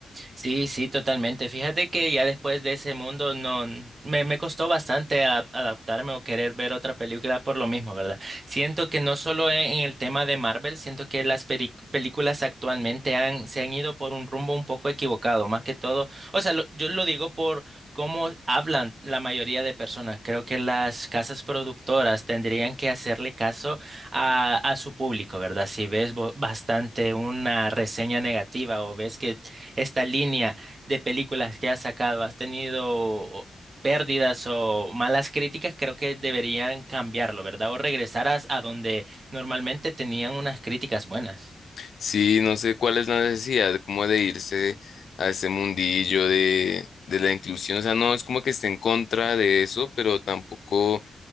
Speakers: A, on the right; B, on the left.
A: Sí, sí, totalmente. Fíjate que ya después de ese mundo no me, me costó bastante a- adaptarme o querer ver otra película por lo mismo, ¿verdad? Siento que no solo en, en el tema de Marvel, siento que las peri- películas actualmente han, se han ido por un rumbo un poco equivocado, más que todo. O sea, lo- yo lo digo por cómo hablan la mayoría de personas. Creo que las casas productoras tendrían que hacerle caso a, a su público, ¿verdad? Si ves bo- bastante una reseña negativa o ves que esta línea de películas que has sacado, has tenido pérdidas o malas críticas, creo que deberían cambiarlo, ¿verdad? O regresar a, a donde normalmente tenían unas críticas buenas.
B: Sí, no sé cuál es la necesidad como de irse a este mundillo de, de la inclusión. O sea, no es como que esté en contra de eso, pero tampoco